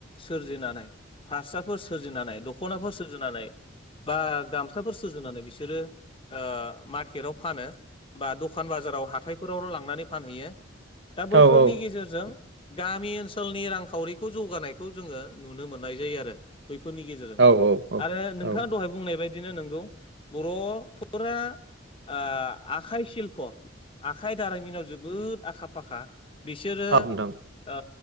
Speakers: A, on the left (about 25°); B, on the right (about 60°).
A: सोरजिनानै फारसाफोर सोरजिनानै दखनाफोर सुजुनानै बा गाम साफोर सुजुनानै बिसोरो ओ मार्केटाव फानो बा द'खान बाजाराव हाथायफोरावनो लांनानै फानहैयो दा बैफोरनि
B: औ औ
A: गेजेरजों गामि ओनसोलनि रांखावरिखौ जौगानायखौ जोङो नुनो मोननाय जायो आरो बैफोरनि गेजेरजों बो
B: औ औ
A: आरो नोंथाङा
B: औ
A: द'हाय बुंनाय बाय दिनो नोंगौ बर'फोरा आ आखाइ सिल्प आखाइ दारिमिनाव जोबोद आखा फाखा बिसोरो
B: औ नोंथां
A: ओ